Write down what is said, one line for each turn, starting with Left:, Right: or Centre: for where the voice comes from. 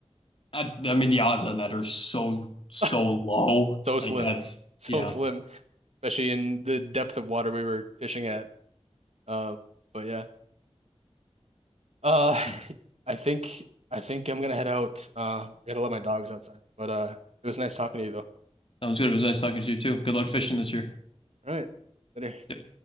Left: I, I mean, the odds on that are so, so
Right: <laughs>
Left: low.
Right: So
Left: Like
Right: slim,
Left: that's,
Right: so
Left: yeah,
Right: slim, especially in the depth of water we were fishing at. Um, but yeah, uh,
Left: that's,
Right: I think I think I'm gonna head out. Uh, I gotta let my dogs outside. But uh, it was nice talking to you though.
Left: sounds good. It was nice talking to you too. Good luck fishing this year.
Right: All right, later.
Left: Yep.